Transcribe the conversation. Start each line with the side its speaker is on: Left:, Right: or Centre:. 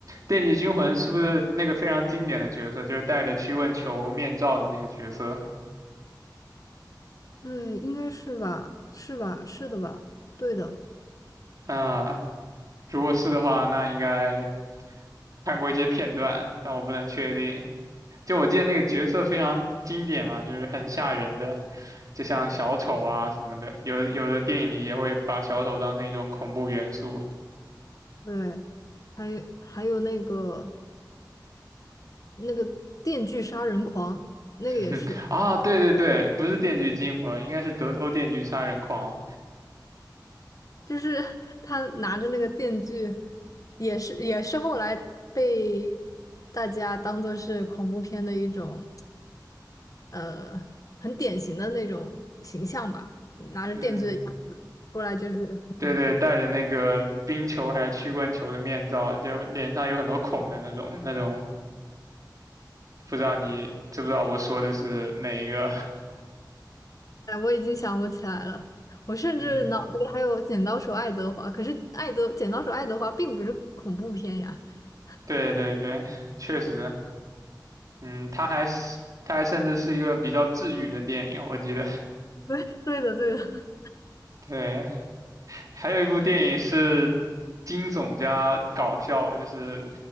Right: 电锯惊魂是不是那个非常经典的角色，就是戴着驱蚊球面罩的那个角色？
Left: 对，应该是吧？是吧？是的吧？对的，
Right: 啊、如果是的话，那应该看过一些片段，但我不能确定。就我记得那个角色非常经典嘛，就是很吓人的，就像小丑啊什么的。有的有的电影里也会把小丑当成一种恐怖元素。
Left: 对。还还有那个那个《电锯杀人狂》，那个也是。
Right: <laughs> 啊，对对对，不是电锯惊魂，应该是德州电锯杀人狂。
Left: 就是 <laughs> 他拿着那个电锯，也是也是后来被大家当做是恐怖片的一种，呃，很典型的那种形象吧，拿着电锯的样子出来就是很恐怖。
Right: 嗯，对对，戴着那个冰球还是曲棍球的面罩，就脸上有很多孔的那种，那种不知道你知不知道我说的是哪一个？<laughs>
Left: 哎，我已经想不起来了，我甚至脑子里还有《剪刀手爱德华》，
Right: 嗯，
Left: 可是爱德《剪刀手爱德华》并不是恐怖片呀。<laughs>
Right: 对对对，确实嗯，它还是它还甚至是一个比较治愈的电影，我记得，
Left: 对对的对的
Right: <laughs> 对还有一部电影是惊悚加搞笑，就是